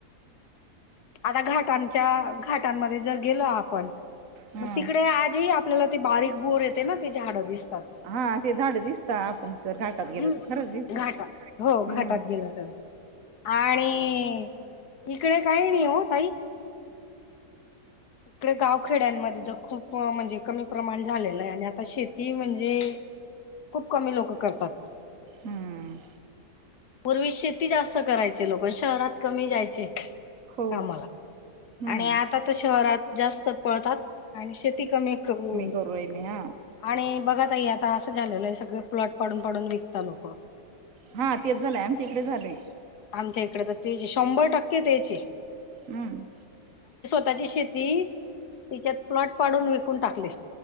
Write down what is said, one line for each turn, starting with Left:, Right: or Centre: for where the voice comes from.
Left: आता घाटांच्या घाटांमध्ये जर गेलो आपण
Right: हा
Left: मग तिकडे आजही आपल्याला ते बारीक बोर येते ना ते झाडं दिसतात
Right: हा ते झाड दिसत आपण तर घाटात गेलो
Left: हम्
Right: तर खरंच दिसत
Left: घाटात हो घाटात
Right: हम्म
Left: गेलं तर आणि इकडे काही नाही हो तई इकडे गावखेड्यांमध्ये तर खूप म्हणजे कमी प्रमाण झालेलं आहे आणि आता शेती म्हजे े खूप कमी लोक करतात
Right: हम्म
Left: पूर्वी शेती जास्त करायचे लोक शहरात कमी जायचे कामाला
Right: हो हम्म
Left: आणि आता तर शहरात जास्त पळतात आणि शेती कमी कमी होऊन
Right: करू राहिली हा
Left: आणि बघा तई आता असं झालेलं आहे सगळ प्लॉट पडून पडून विकत लोक.
Right: हा तेच झालंय आमच्या इकडे झालंय
Left: आमच्या इकडे तर तेचे शंभर टक्के त्याचे
Right: हम्म.
Left: स्ःची शेती तिच्यात प्लॉट पाडून विकून टाकली.